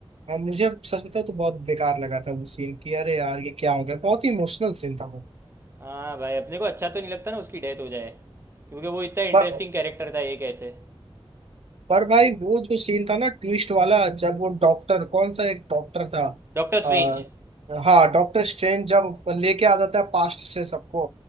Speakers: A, on the right; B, on the right.
A: हाँ मुझे सच बताऊं तो बहुत बेकार लगा था वो सीन कि अरे यार ये क्या हो गया बहुत ही इमोशनल सीन था वो
B: हाँ भाई अपने को अच्छा तो नहीं लगता ना उसकी डेथ हो जाए क्योंकि वो इतना इंटरेस्टिंग
A: पर
B: कैरेक्टर था एक ऐसे
A: पर भाई वो जो सीन था ना ट्विस्ट वाला जब वो डॉक्टर कौन सा एक डॉक्टर था
B: Doctor strange
A: आ, हाँ डॉक्टर स्ट्रेंज जब लेके आ जाता है पास्ट से सबको